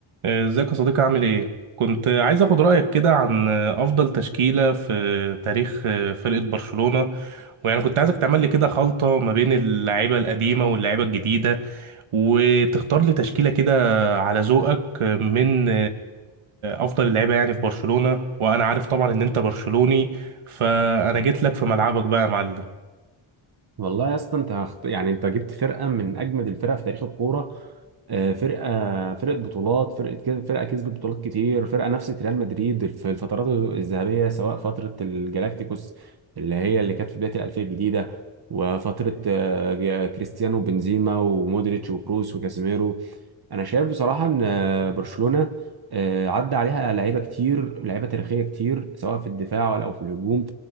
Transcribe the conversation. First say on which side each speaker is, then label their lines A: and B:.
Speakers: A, on the right; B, on the right.
A: ازيك يا صديقي عامل ايه؟ كنت عايز اخد رأيك كده عن افضل تشكيلة في تاريخ فرقة برشلونة ويعني كنت عايزك تعمل لي كده خلطة ما بين اللعيبة القديمة واللعيبة الجديدة وتختار لي تشكيلة كده على ذوقك من افضل اللعيبة يعني في برشلونة وانا عارف طبعا ان انت برشلوني فانا جيت لك في ملعبك بقى يا معلم
B: والله يا اسطى انت هخت... يعني انت جبت فرقه من اجمد الفرق في تاريخ الكوره آه، فرقه فرقه بطولات فرقه كده فرقه كسبت بطولات كتير فرقه نفست ريال مدريد في الفترات الذهبيه سواء فتره الجلاكتيكوس اللي هي اللي كانت في بدايه الالفيه الجديده وفتره آه، كريستيانو بنزيما ومودريتش وكروس وكاسيميرو انا شايف بصراحه ان برشلونه آه، عدى عليها لعيبه كتير لعيبه تاريخيه كتير سواء في الدفاع ولا او في الهجوم